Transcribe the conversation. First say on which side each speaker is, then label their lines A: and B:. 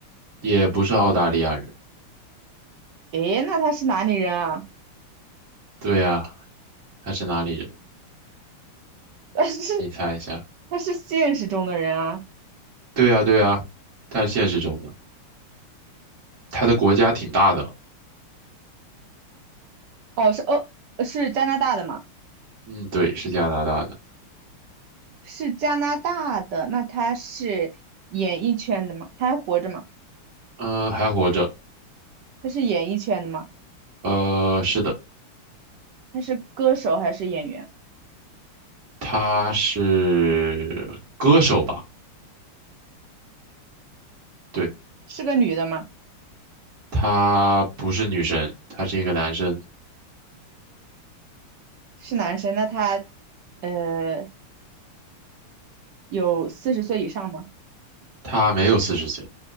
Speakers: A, on the right (about 35°); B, on the right (about 65°).
A: 也不是澳大利亚人。
B: 诶，那他是哪里人啊？
A: 对呀，他是哪里人？
B: 但是
A: 你猜一下。
B: 他是现实中的人啊？
A: 对呀，对呀，他是现实中的，他的国家挺大的。
B: 哦，是哦，是加拿大的吗？
A: 嗯，对，是加拿大的。
B: 是加拿大的，那他是演艺圈的吗？他还活着吗？
A: 嗯，还活着。
B: 他是演艺圈的吗？
A: 呃，是的，
B: 他是歌手还是演员？
A: 他是歌手吧？对，
B: 是个女的吗？
A: 他不是女生，他是一个男生，
B: 是男生？那他呃有四十岁以上吗？
A: 他没有四十岁。